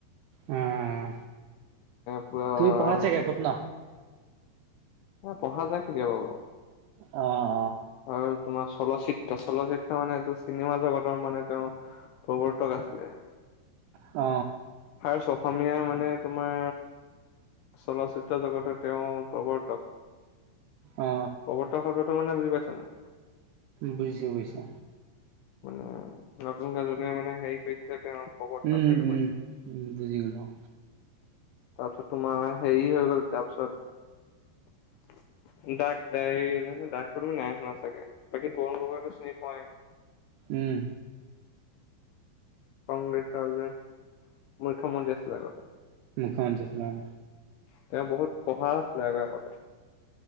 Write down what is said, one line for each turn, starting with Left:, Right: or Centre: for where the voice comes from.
Right: উম,
Left: পুৰা
Right: তুমি পঢ়া
Left: আৰু
Right: চাগে খুব ন?
Left: অ', পঢ়া যায় কেতিয়াবা।
Right: অ'।
Left: আৰু তোমাৰ চলচ্চিত্ৰ, চলচ্চিত্ৰ মানে এইটো চিনেমা জগতৰ। মানে তেওঁ প্ৰৱৰ্তক আছিলে।
Right: অ।
Left: ফাৰ্চ অসমীয়া, মানে তোমাৰ চলচ্চিত্ৰ জগতত, তেওঁ প্ৰৱৰ্তক।
Right: অ
Left: প্ৰবৰ্তক শব্দটো, মানে বুজি পাইছা নাই?
Right: বুজিছো, বুজিছো।
Left: মানে, নতুন কৰে যোনে মানে হেৰি কৰিছিলে, তেওঁ। প্ৰৱৰ্তক
Right: উম,
Left: সেইটো কৰিছে।
Right: উম, উম, বুজি গ'লো অ
Left: তাৰপিছত, তোমাৰ, হেৰি হৈ গ'ল তাৰপিছত ডাক দাই, ডাকটো তুমি নাই শুনা, চাগে। বাকী, তৰুণ গগৈ চিনি তো পোৱাই?
Right: উম
Left: কংগ্ৰেছৰ, যে মুখ্যমন্ত্ৰী আছিলে, আগত।
Right: মন্ত্ৰী আছিলে অ
Left: তেওঁ বহুত পঢ়া আছিলে আগই আগতে।